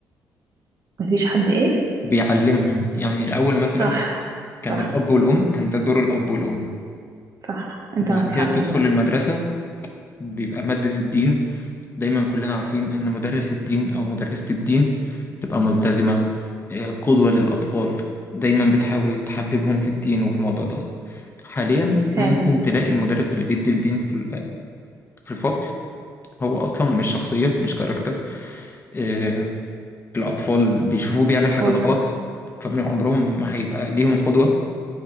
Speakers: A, on the right; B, on the left.
A: مفيش حد ايه
B: بيعلمهم يعني الأول مثلا
A: صح صح
B: كان الأب والأم كان ده دور الأب والأم
A: صح انت
B: وبعد
A: معك حق
B: كده بتدخل
A: والله
B: المدرسة بيبقى مادة الدين دايما كلنا عارفين إن مدرس الدين أو مدرسة الدين تبقى ملتزمة آه، قدوة للأطفال دايما بتحاول تحببهم في الدين والموضوع دوت حاليا ممكن
A: فعلا
B: تلاقي المدرس اللي بيدي الدين في ال- في الفصل هو أصلا مش شخصية مش كاركتر آه، الأطفال بيشوفوه بيعمل حاجات
A: والله
B: غلط فمن عمرهم ما هيبقى ليهم قدوة